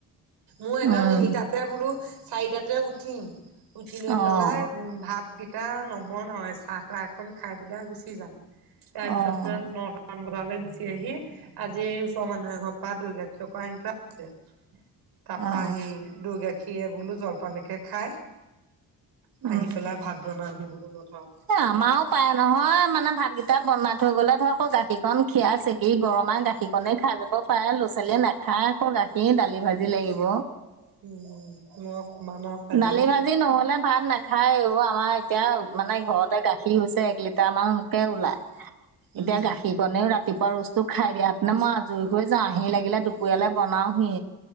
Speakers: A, on the right; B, on the right.
A: মই
B: উম,
A: একদম সেইটাতে বোলো চাৰিটাতে উঠিম, উঠি লৈ
B: অ',
A: পেলাই উম ভাতকেইটা নবনাওৱে চাহ তাহ একখন খাই পেলাই গুচি যাও। তাৰপিছতে
B: অ',
A: ন পান বটাললৈ গুচি আহি আজি এই ওচৰৰ মানুহে ঘৰ পৰা দুৰ গাখীৰ আনি থোৱা আছে। তাৰপা
B: অ',
A: সেই দৈ গাখীৰ বোলো জলপানকে খাই,
B: উম।
A: আহি পেলাই ভাত বনাম হি বোলো ন
B: এ আমাও পায় নহয় মানে ভাতকেইটা বনাই থৈ গ'লে ধৰক গাখীৰকন খিয়াই চেকি গৰমাই গাখীৰ কনে খাই যাব পাৰে। ল'ৰা-ছোৱালীয়ে নাখায় আক' গাখীৰ দালি ভাজি লাগিব।
A: <unintelligible>
B: দালি ভাজি নহ'লে ভাত নাখায় অ'। আমাৰ এতিয়া মানে ঘৰতে গাখীৰ হৈছে এক লিটাৰ মানকে ওলাই। এতিয়া
A: উম।
B: গাখীৰ ৰাতিপুৱা ৰোজটো খাই দিয়াত নো মই আজৰি হৈ যাওঁ। আহি লাগিলে দুপৰীয়ালে বনাওহি।